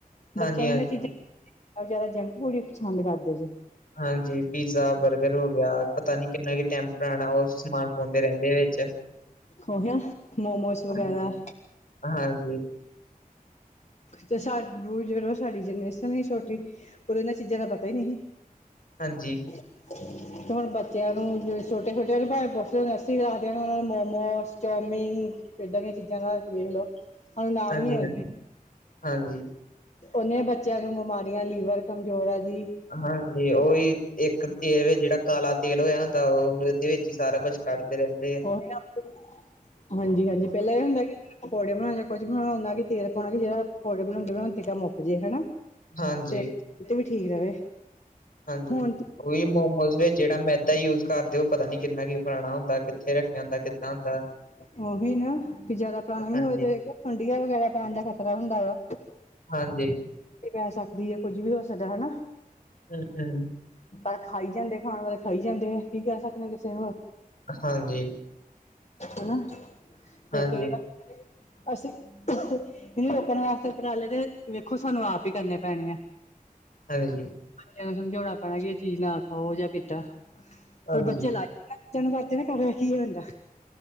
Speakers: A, on the left (about 65°); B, on the left (about 45°).
A: ਹਾਂਜੀ।
B: ਬੱਚਿਆਂ ਨੂੰ ਇਹਨਾਂ ਚੀਜ਼ਾਂ ਜ਼ਿਆਦਾ ਜੰਕ ਫੂਡ ਹੀ ਪਸੰਦ ਕਰਦੇ ਜੇ
A: ਹਾਂਜੀ ਪੀਜ਼ਾ ਬਰਗਰ ਹੋ ਗਿਆ ਪਤਾ ਨੀ ਕਿੰਨਾ ਕ ਟੈਂਮਪਰਾਂ ਉਹ ਸਮਾਨ ਪਾਉਂਦੇ ਰਹਿੰਦੇ ਐ ਵਿੱਚ
B: ਖੋ ਹਿਇ ਆ ਮੋਮੋਸ ਵਗੈਰਾ।
A: ਹਾਂਜੀ, ਹਾਂਜੀ
B: ਤੇ ਸਾਨੂ ਜਦੋ ਸਾਡੀ ਜਨਰੇਸ਼ਨ ਈ ਛੋਟੀ। ਉਦੋਂ ਇਹਨਾਂ ਚੀਜ਼ਾਂ ਦਾ ਪਤਾ ਹੀ ਨਹੀਂ ਸੀ
A: ਹਾਂਜੀ
B: ਤੇ ਹੁਣ ਬੱਚਿਆਂ ਨੂੰ ਛੋਟੇ ਛੋਟਿਆਂ ਨੂੰ ਭਲਾ ਪੁੱਛ ਲਓ ਨਰਸਰੀ ਕਲਾਸ ਦਿਆ ਨੂੰ ਮੋਮੋਸ ਚੌਮਿੰਨ ਏਦਾਂ ਦੀਆਂ ਚੀਜ਼ਾਂ ਦਾ ਵੇਖ ਲਓ ਸਾਨੂੰ ਨਾਮ
A: ਹਾਂਜੀ,
B: ਨੀ ਆਂਦੇ
A: ਹਾਂਜੀ, ਹਾਂਜੀ
B: ਉਨੀਆਂ ਬੱਚਿਆਂ ਨੂੰ ਬਿਮਾਰੀਆਂ ਲੀਵਰ ਕਮਜ਼ੋਰ ਆ ਜੀ
A: ਹਾਂਜੀ ਉਹੀ ਇੱਕ ਤੇਲ ਵਿੱਚ ਜਿਹੜਾ ਕਾਲਾ ਤੇਲ ਹੋਇਆ ਹੁੰਦਾ ਓ ਉਦੇ ਵਿੱਚ ਹੀ ਸਾਰਾ ਕੁੱਛ ਕੱਢਦੇ ਰਹਿੰਦੇ ਆ
B: ਉਹੀ ਨਾ ਹਾਂਜੀ ਹਾਂਜੀ ਪਹਿਲਾਂ ਐ ਹੁੰਦਾ ਕਿ ਪਕੌੜੇ ਬਣਾਉਣ ਜਾਂ ਕੁਝ ਬਣਾਉਣਾ ਓਨਾ ਹੀ ਤੇਲ ਪਾਉਣਾ ਕਿ ਜਿਹੜਾ ਪੌੜੇ ਬਣਾਉਂਦੇ ਬਣਾਉਂਦੇ ਤਿਕਰ ਮੁੱਕ ਜੇ ਹੈਨਾ
A: ਹਾਂਜੀ,
B: ਤੇ ਠੀਕ ਰਵੇ
A: ਹਾਂਜੀ
B: ਹੁਣ
A: ਉਹ ਮੋਮੋਸ ਵਿੱਚ ਜਿਹੜਾ ਮੈਦਾ ਯੂਜ ਕਰਦੇ ਪਤਾ ਨੀ ਕਿੰਨਾ ਕੀ ਪੁਰਾਣਾ ਹੁੰਦਾ ਕ ਰੱਖਿਆ ਹੁੰਦਾ ਕਿੱਦਾਂ ਦਾ
B: <unintelligible> ਉਹੀ ਨਾ ਕਿ ਜਿਆਦਾ ਪੁਰਾਣਾ ਵੀ
A: ਹਾਂਜੀ,
B: ਹੋ ਜਾਵੇ ਸੁੰਡੀਆਂ ਵਗੈਰਾ ਪੈਣ ਦਾ ਖ਼ਤਰਾ ਹੁੰਦਾ ਵਾ
A: ਹਾਂਜੀ
B: ਪੈ ਸਕਦੀ ਏ ਕੁੱਝ ਵੀ ਹੋ ਸਕਦਾ ਹਨਾ
A: ਹਮ ਹਮ
B: ਪਰ ਖਾਈ ਜਾਂਦੇ ਖਾਣ ਵਾਲੇ ਖਾਈ ਜਾਂਦੇ ਆ ਕੀ ਕਹਿ ਸਕਨੇ ਕਿਸੇ ਨੂੰ
A: ਹਾਂਜੀ
B: ਹਨਾ ਤੇ
A: ਹਾਂਜੀ,
B: ਕੇਰਾ ਰ ਅਸੀਂ ਹ ਇਹਨੂੰ ਰੋਕਣ ਵਾਸਤੇ ਉਪਰਾਲੇ ਦੇ ਵੇਖੋ ਸਾਨੂੰ ਆਪ ਹੀ ਕਰਨੇ ਪੈਣੇ ਆ
A: ਹਾਂਜੀ
B: ਬਚਿਆਂ ਨੂੰ ਸਮਝਾਉਣਾ ਪੈਣਾ ਕਿ ਇਹ ਚੀਜ਼ ਨਾ ਖਾਓ ਜਾਂ ਕਿੱਦਾ
A: ਹਾਂਜੀ,
B: ਪਰ ਬੱਚੇ ਲਾਏ ਤੁਹਾਨੂੰ ਕਰਤੀ ਨਾ ਖ਼ਬਰੇ ਕੀ ਹੋ ਜਾਂਦਾ